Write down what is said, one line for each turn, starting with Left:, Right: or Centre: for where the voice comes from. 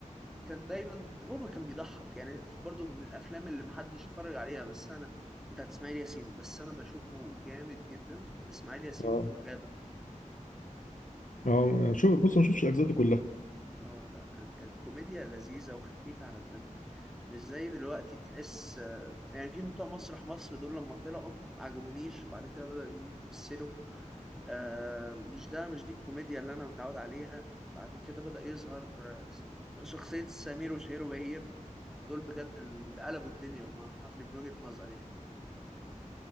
Centre: دايما هو ما كان بيضحك يعني برضو من الافلام اللي محدش اتفرج عليها بس انا بتاعت اسماعيل ياسين بس انا بشوفه جامد جدا اسماعيل ياسين
Left: اه
Centre: في الغابة
Left: اه شو بص ما شفتش الاجزاء دي كلها
Centre: اه لا كان كانت كوميديا لذيذة وخفيفة على الدم مش زي دلوقتي تحس آه، يعني في بتوع مسرح مصر دول لما طلعوا ما عجبونيش وبعد كده بدأوا يقوموا يمثلوا آه، مش ده مش دي الكوميديا اللي أنا متعود عليها بعد كده بدأ يظهر آه، شخصية سمير وشهير وبهير دول بجد اللي قلبوا الدنيا بمعنى حرفي من وجهة نظري يعني